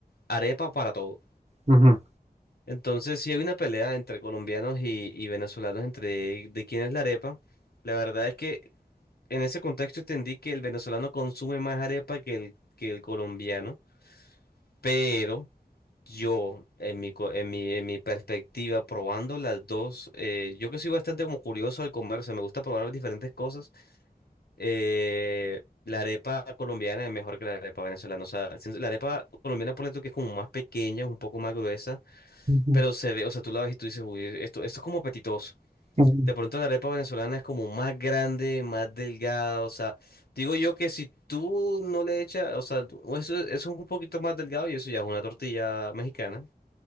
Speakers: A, on the left; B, on the right.
A: arepa para todo.
B: Ujú,
A: Entonces sí hay una pelea entre colombianos y, y venezolanos entre de quién es la arepa. La verdad es que en ese contexto entendí que el venezolano consume más arepa que el, que el colombiano, pero... Yo, en mi, co- en mi, en mi perspectiva, probando las dos, eh, yo que soy bastante como curioso al comer, o sea, me gusta probar diferentes cosas. eh, la arepa colombiana es mejor que la arepa venezolana. O sea, siento- la arepa colombiana, ponle tú que es como más pequeña, un poco más gruesa,
B: ujú,
A: pero se ve, o sea, tú la ves y tú dices, uy, esto, esto es como apetitoso.
B: ujú.
A: De pronto la arepa venezolana es como más grande, más delgada, o sea, digo yo que si tú no le echas, o sea, tú- eso, eso es un poquito más delgado y eso ya es una tortilla mexicana.